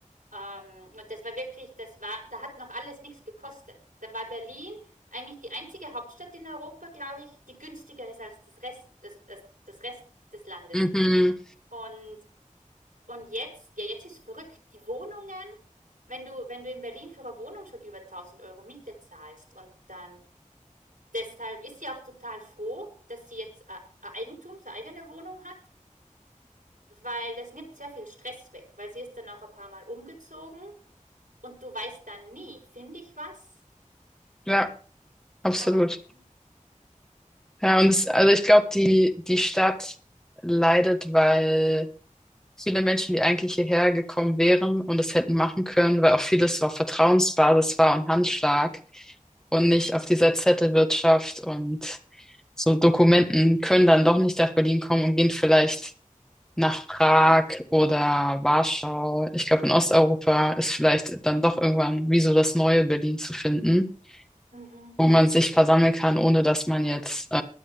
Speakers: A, on the right (about 85°); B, in the centre.
A: ähm, und das war wirklich, das war, da hat noch alles nichts gekostet. Dann war Berlin eigentlich die einzige Hauptstadt in Europa, glaube ich, die günstiger ist als das Rest, also das, das Rest des Landes.
B: Mhm.
A: Und, und jetzt, ja, jetzt ist verrückt. Die Wohnungen, wenn du, wenn du in Berlin für eine Wohnung schon über tausend Euro Miete zahlst und dann, deshalb ist sie auch total froh, dass sie jetzt äh, ein Eigentum, eine eigene Wohnung hat, weil das nimmt sehr viel Stress weg, weil sie ist dann auch ein paar Mal umgezogen Und du weißt dann nie, finde ich was?
B: Ja, absolut.
A: Und,
B: Ja, und es, also ich glaube, die, die Stadt leidet, weil viele Menschen, die eigentlich hierher gekommen wären und es hätten machen können, weil auch vieles so auf Vertrauensbasis war und Handschlag und
A: mhm,
B: nicht auf dieser Zettelwirtschaft und so Dokumenten können dann doch nicht nach Berlin kommen und gehen vielleicht nach Prag oder Warschau. Ich glaube, in Osteuropa ist vielleicht dann doch irgendwann wie so das neue Berlin zu finden,
A: mhm,
B: wo man sich versammeln kann, ohne dass man jetzt äh,